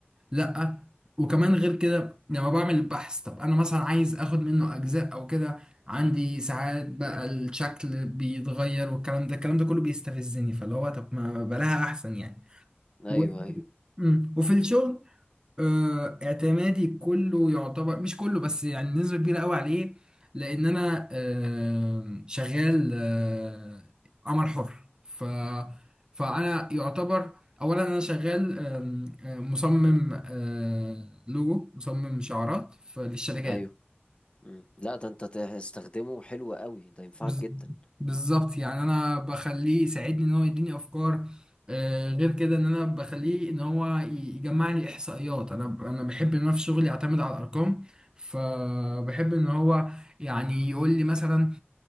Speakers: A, on the right (about 20°); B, on the left (about 25°).
A: لا وكمان غير كده لما بعمل البحث طب انا مثلا عايز اخد منه اجزاء او كده عندي ساعات بقى الشكل بيتغير والكلام ده الكلام ده كله بيستفزني فاللي هو طب ما بلاها احسن يعني
B: ايوه
A: و...
B: ايوه
A: مم. وفي الشغل آه، اعتمادي كله يعتبر مش كله بس يعني نسبة كبيرة قوي عليه لأن أنا آه، شغال آه، عمل حر ف فأنا يعتبر أولا أنا شغال آم، آه، مصمم آه، لوجو مصمم شعارات ف- للشركات
B: ايوه مم. لا ده انت تستخدمه حلو قوي ده ينفعك
A: بز-
B: جدا
A: بالظبط يعني انا بخليه يساعدني ان هو يديني افكار آه، غير كده ان انا بخليه ان هو ي- يجمع لي احصائيات انا ب- انا بحب ان انا في شغلي اعتمد على الارقام فبحب ان هو يعني يقول لي مثلا